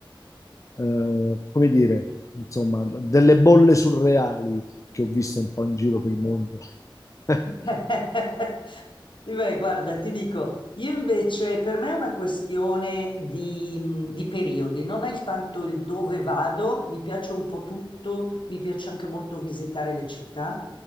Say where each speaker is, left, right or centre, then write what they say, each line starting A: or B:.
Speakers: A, on the left; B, on the left.
A: eh, come dire, insomma, delle bolle surreali che ho visto un po' in giro per il mondo. <laughs>
B: <laughs> Beh, guarda, ti dico, io invece per me è una questione di, di periodi, non è il tanto il dove vado, mi piace un po' tutto, mi piace anche molto visitare le città,